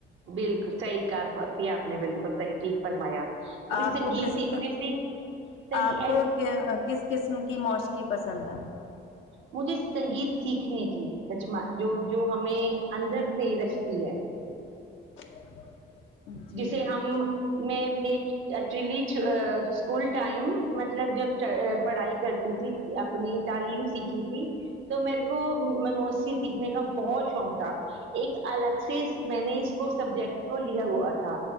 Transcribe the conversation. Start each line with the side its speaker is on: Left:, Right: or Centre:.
Right: بالکل صحی پ آپنے بالکل صحی یک فرمایا کیکہ
Left: آپ
Right: سنگیت
Left: کو کس
Right: سیکھنے سے سنگ
Left: آپ کو کس قسم کی موشقی پسند ہے
Right: مجھے سنگیت سیکھنے کی رچما جو جو ہمیں اندر سے رچتی ہے
Left: <inaudible> جی
Right: جسے ہم میں میں ایکچولی اسکول ٹائم مطلب جب پڑھائی کرتی تھی اپنی تعلیم سیکھی تھی تو میرے کو موسی سیکھنے کا بہت شوق تھا ایک الگ سے میں نے اس کو سبجیکٹ کو لیا ہوا تھا تھا